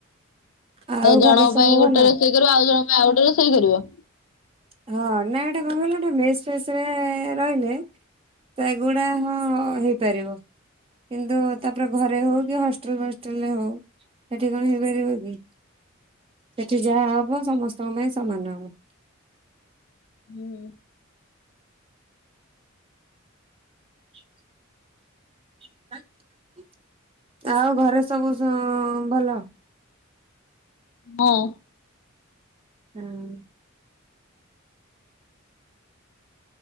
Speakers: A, on the right (about 25°); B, on the left (about 70°).
A: ଆଉ
B: ଜଣଙ୍କ
A: ଘରେ ସବୁ
B: ପାଇଁ ଗୋଟେ
A: ଭଲ
B: ରୋଷେଇ କରିବ ଆଉ ଜଣଙ୍କ ପାଇଁ ଆଉ ଗୋଟେ ରୋଷେଇ କରିବ।
A: ହଁ ନା ଏଟା କଣ କହିଲ ନା ମେସ୍ ଫେସରେ ରହିଲେ ତେଗୁଡାକ ହଁ ହେଇପାରିବ। କିନ୍ତୁ ତାପରେ ଘରେ ହଉ କି ହଷ୍ଟେଲ ଫଷ୍ଟେଲରେ ହଉ। ସେଠି କଣ ହେଇପାରିବ କି ସେଠି ଯାହା ହବ ସମସ୍ତଙ୍କ ପାଇଁ ସମାନ ହବ।
B: ହୁଁ।
A: ହ <inaudible> ଆଉ ଘରେ ସବୁ ସୁ ଭଲ।
B: ହଁ।
A: ହଁ।